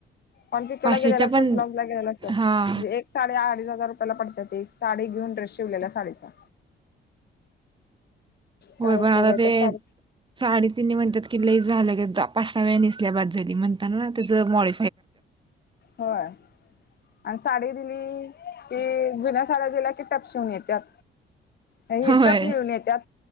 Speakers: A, on the left; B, on the right.
A: पण पिकोला
B: पाचशेच्या
A: गेलेलं असत
B: पण
A: ब्लाउज ला गेले असत,
B: हा
A: एक साडे अडीच हजार पडतात साडी घेऊन ड्रेस शिवलेला साडीचा.
B: होय
A: काय
B: पण
A: उपयोग
B: आता
A: आहे
B: ते
A: त्या साडी
B: साडेतीनी म्हणतात की लई झालं <unintelligible> पासाव्या नेसल्या बाद झाली म्हणता ना त्याच मॉड
A: होय आणि साडी दिली कि जुन्या साड्या दिल्या की टपशिवून येत्यात. हि
B: होय
A: टप मिळून येत्यात.